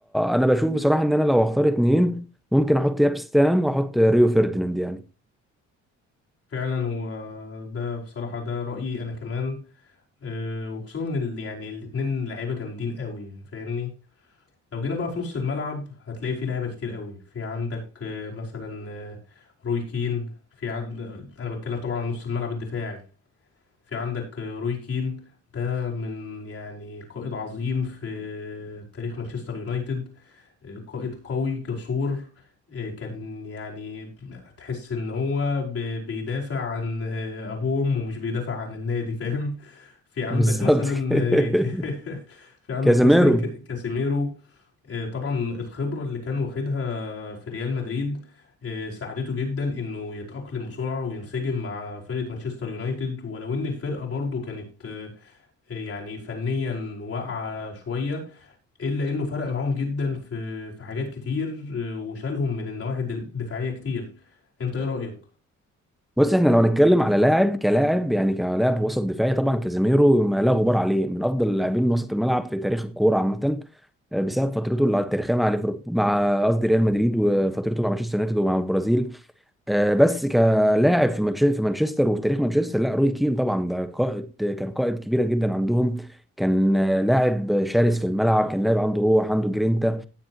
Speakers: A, in the centre; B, on the left.
A: انا بشوف بصراحه ان انا لو هختار اتنين ممكن احط ياب ستام واحط ريو فerdinand يعني
B: فعلا هو ده بصراحة ده رأيي انا كمان آه، وخصوصا ان ال- يعني الاتنين لعيبة جامدين قوي فاهمني لو جينا بقى في نص الملعب هتلاقي في لعيبة كتير قوي في عندك آه، مثلا آه، روي كين في عند آه، انا بتكلم طبعا عن نص الملعب الدفاعي في عندك روي كين ده من يعني قائد عظيم في تاريخ مانشستر يونايتد قائد قوي جسور كان يعني تحس ان هو ب- بيدافع عن ابوه وامه ومش بيدافع عن النادي فاهم في عندك
A: بالظبط
B: مثلا
A: كده
B: <laughs>
A: <laughs>
B: في عندك
A: كازيميرو
B: مثلا ك- كاسيميرو طبعا الخبرة اللي كان واخدها في ريال مدريد آه، ساعدته جدا انه يتأقلم بسرعة وينسجم مع فرقة مانشستر يونايتد ولو ان الفرقة برضو كانت آه، آه، يعني فنيا واقعة شوية الا انه فرق معاهم جدا في في حاجات كتير آه، وشالهم من النواحي الد- الدفاعية كتير انت ايه رأيك؟
A: بص احنا لو هنتكلم على لاعب كلاعب يعني كلاعب وسط دفاعي طبعا كازيميرو ما لا غبار عليه من افضل اللاعبين وسط الملعب في تاريخ الكوره عامه آه، بسبب فترته التاريخيه مع ليفربول مع قصدي ريال مدريد وفترته مع مانشستر يونايتد ومع البرازيل آه، بس كلاعب في مانشستر في مانشستر وفي تاريخ مانشستر لا روي كين طبعا ده قائد كان قائد كبيره جدا عندهم كان آه، لاعب شرس في الملعب كان لاعب عنده روح عنده جرينتا